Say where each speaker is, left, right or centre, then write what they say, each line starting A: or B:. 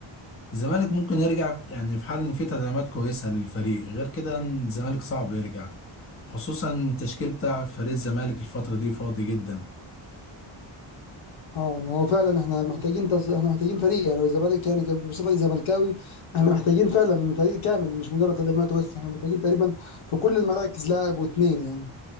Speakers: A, on the left; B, on the left.
A: الزمالك ممكن يرجع يعني في حال إن في تدعيمات كويسة للفريق غير كده الزمالك صعب يرجع خصوصا التشكيل بتاع فريق الزمالك الفترة دي فاضي جدا
B: اه ما هو فعلا احنا محتاجين تص... احنا محتاجين فريق يعني الزمالك يعني ك- بصفتي زملكاوي احنا محتاجين فعلا فريق كامل مش مجرد تدعيمات بس احنا محتاجين تقريبا في كل المراكز لاعب واتنين يعني